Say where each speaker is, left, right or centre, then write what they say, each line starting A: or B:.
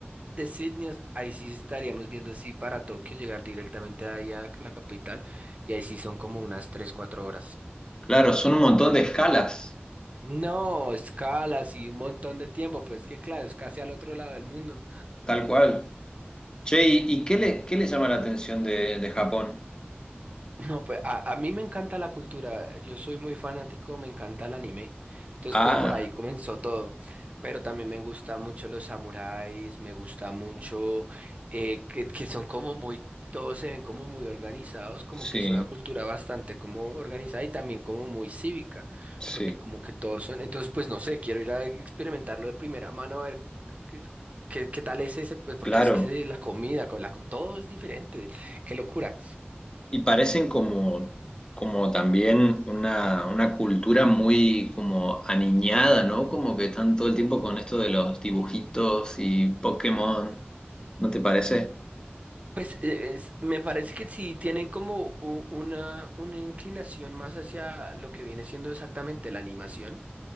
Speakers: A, on the right; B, on the left.
A: de Sydney, es- ahí sí estaríamos viendo si para Tokio, llegar directamente ahí a la capital, y ahí sí son como unas 3 4 horas.
B: claro, son un montón de escalas,
A: No, escalas y un montón de tiempo, pues es que claro, es casi al otro lado del mundo.
B: tal cual. Che, ¿y, y qué le, qué le llama la atención de, de Japón?
A: No, pues a, a mí me encanta la cultura, yo soy muy fanático, me encanta el anime, entonces
B: Ah,
A: pues por ahí comenzó todo, pero también me gusta mucho los samuráis, me gusta mucho eh, que, que son como muy, todos se ven como muy organizados, como
B: sí,
A: que es una cultura bastante como organizada y también como muy cívica,
B: sí,
A: porque como que todos son, entonces pues no sé, quiero ir a experimentarlo de primera mano a ver qué, qué- qué tal es ese, pues porque
B: claro.
A: es que la comida, con la, co- todo es diferente, qué locura.
B: Y parecen como, como también una, una cultura muy como aniñada, ¿no? Como que están todo el tiempo con esto de los dibujitos y Pokémon, ¿no te parece?
A: Pues eh, es- me parece que sí tienen como u- una, una inclinación más hacia lo que viene siendo exactamente la animación.